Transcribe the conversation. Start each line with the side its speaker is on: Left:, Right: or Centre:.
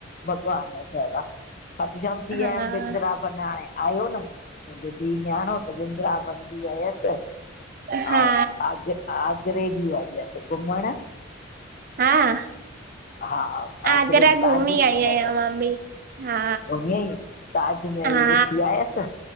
Left: भॻवान जो दरि आ, खाटूशाम थी
Right: हा
Left: आयमि बिंदरा बन हाणे आयो न मुंहिंजो धीउ-न्याणो त बिंद्राबन बि वयसि
Right: हा
Left: आऊं आग-आगरे बि वई हुयसि घुमण।
Right: हा
Left: हा,
Right: आगरा
Left: आगरे में
Right: घुमी
Left: ताज
Right: आई
Left: महल।
Right: आहियां मां बि हा
Left: घुमी ताजमहल
Right: हा
Left: ॾिसी आयसि।